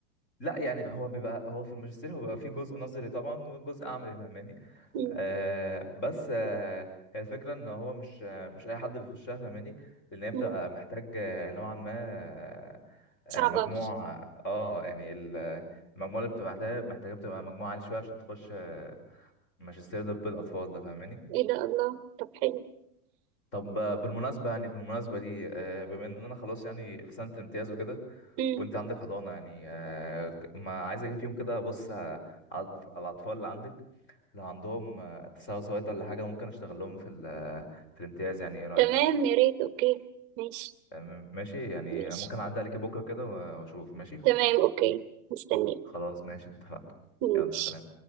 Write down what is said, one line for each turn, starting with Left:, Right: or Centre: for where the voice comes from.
Left: لا يعني هو بيبقى هو في الماجستير هو بيبقى فيه جزء نظري طبعا وجزء عملي فاهماني
Right: مم.
Left: آه بس آه هي الفكرة ان هو مش آه مش اي حد بيخشها فاهماني لان هي بتبقى
Right: مم.
Left: محتاج آه، نوعا ما آه آه،
Right: صعبة
Left: مجموع اه يعني ال- المجموعة اللي بتبقى محتاجة محتاجة بتبقى مجموعة عالي شوية عشان تخش آه، ماجستير طب الأطفال ده فاهماني
Right: ايه ده الله طب حلو
Left: طب آه، بالمناسبة يعني بالمناسبة دي آه، بما ان انا خلاص يعني في سنة امتياز وكده
Right: مم.
Left: وانت عندك حضانة يعني آه، ك- ما عايز اجي فيهم كده بص آه، على الأطف- على الاطفال اللي عندك لو عندهم آه، تساوي سويت ولا حاجة ممكن اشتغل لهم في ال- آه، في الامتياز يعني ايه رأيك
Right: تمام يا ريت اوكي ماشي
Left: آه، م- ماشي يعني
Right: ماشي
Left: ممكن اعدي عليك بكرة كده و- واشوف ماشي
Right: تمام اوكي مستنيه
Left: خلاص ماشي اتفقنا
Right: ماشي
Left: يلا سلام